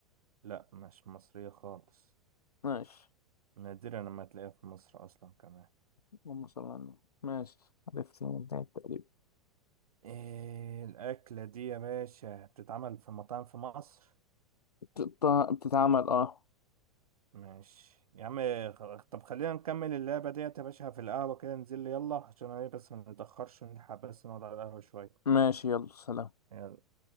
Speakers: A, on the right; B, on the left.
A: لا مش مصرية خالص
B: ماشي
A: نادرا لما تلاقيها في مصر أصلا كمان
B: اللهم صل على النبي ماشي عرفت من البداية تقريبا
A: إيه الأكلة دي يا باشا بتتعمل في مطاعم في مصر
B: بتت- بتتعمل اه
A: ماشي يا عم خ- طب خلينا نكمل اللعبة ديت يا باشا في القهوة كده ننزل لي يلا عشان ايه بس ما نتأخرش ونلحق بس نقعد على القهوة شوية
B: ماشي يلا سلام
A: يلا